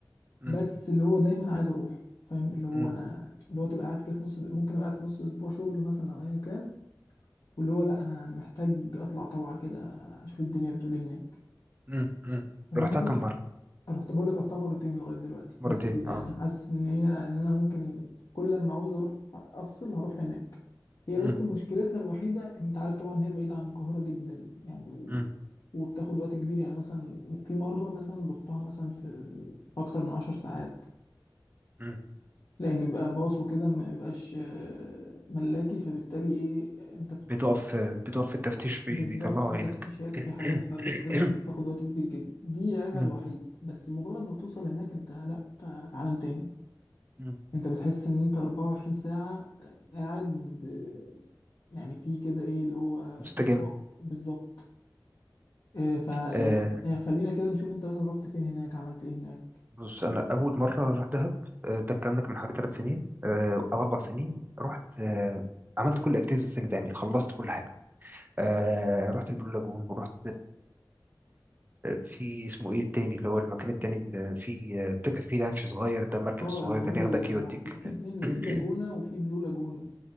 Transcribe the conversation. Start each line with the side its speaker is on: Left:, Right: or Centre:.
Right: مم.
Left: بس اللي هو دايما عايز اروح فاهم اللي هو
Right: مم.
Left: انا اللي هو تبقى قاعد كده في نص ممكن ابقى قاعد في نص اسبوع شغل مثلا او ايا كان واللي هو لا انا محتاج اطلع طلعه كده اشوف الدنيا بتقول ايه هناك
Right: مم. مم.
Left: فاهمني
Right: رحتها كم مرة؟
Left: رحت بقول لك رحتها مرتين لغايه دلوقتي
Right: مرتين
Left: بس يعني
Right: اه
Left: حاسس ان هي ان انا ممكن كل ما عاوز اروح افصل هروح هناك هي
Right: مم.
Left: بس مشكلتها الوحيده انت عارف طبعا هي بعيده عن القاهره جدا يعني و...
Right: مم.
Left: وبتاخد وقت كبير يعني مثلا في مره مثلا رحتها مثلا في في اكتر من عشر ساعات
Right: مم.
Left: لان بيبقى باص وكده ما بيبقاش آه، ملاكي فبالتالي ايه انت بت-
Right: بتقف بتقف في التفتيش بي-
Left: بالظبط
Right: بيطلعوا
Left: في تفتيشات
Right: عينك <coughs>
Left: وفي حاجات فبالتالي
Right: مم.
Left: انت بتاخد وقت كبير جدا دي عيبها
Right: مم.
Left: الوحيد بس مجرد ما توصل هناك انت لا انت في عالم تاني
Right: مم.
Left: انت بتحس ان انت 24 ساعة آه، قاعد آه، يعني في كده ايه اللي هو
Right: مستجم
Left: صفاء بالظبط آه، ف
Right: آه
Left: آه، خلينا كده نشوف انت مثلا رحت فين هناك عملت ايه هناك
Right: بص انا اول مره رحت دهب آه ده الكلام ده كان من حوالي ثلاث سنين آه او اربع سنين رحت آه عملت كل الاكتيفيتيز اللي تعمل خلصت كل حاجه آه رحت البلو لاجون ورحت في اسمه ايه التاني اللي هو المكان التاني اللي فيه بتركب فيه لانش صغير ده المركب
Left: اه
Right: الصغير
Left: اللي هو
Right: ده بياخدك
Left: ال...
Right: يوديك
Left: ما هو في في اتنين
Right: <clears throat>
Left: في لاجونا وفي بلو لاجون